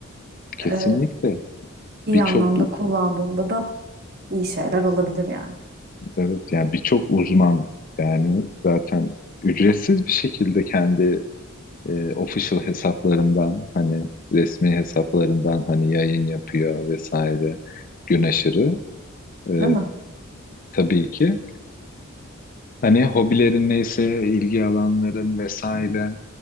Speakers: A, on the left; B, on the right.
A: kesinlikle
B: E, iyi
A: birçok
B: anlamda
A: u-
B: kullandığında da iyi şeyler olabilir yani.
A: evet yani birçok uzman yani zaten ücretsiz bir şekilde kendi e, official hesaplarından hani resmi hesaplarından hani yayın yapıyor vesaire gün aşırı. E,
B: Değil mi?
A: tabii ki hani hobilerin neyse ilgi alanların vesaire